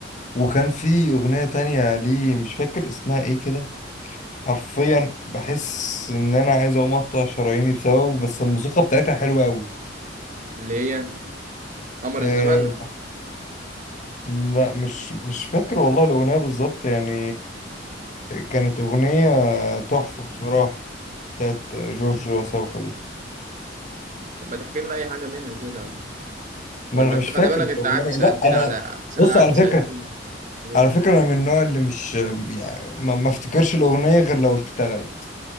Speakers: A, on the left; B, on the right.
A: وكان في اغنيه تانية ليه مش فاكر اسمها ايه كده حرفيا بحس ان انا عايز اقوم اقطع شراييني بسببه بس الموسيقى بتاعتها حلوه قوي
B: اللي هي قمر
A: آه
B: الزمان
A: لا مش مش فاكر والله الاغنيه بالظبط يعني كانت أغنية تحفة بصراحة بتاعت جورج وسوف دي
B: طب ما تحكي لنا اي حاجه منها كده
A: ما
B: ولا
A: أنا مش
B: انت خلي
A: فاكر
B: بالك
A: الأغنية
B: انت قعدت سالتني
A: لا أنا
B: على
A: بص
B: قعدت
A: على فكرة
B: سالتني ايه
A: على فكرة أنا من النوع اللي مش يعني ما ما افتكرش الأغنية غير لو اشتغلت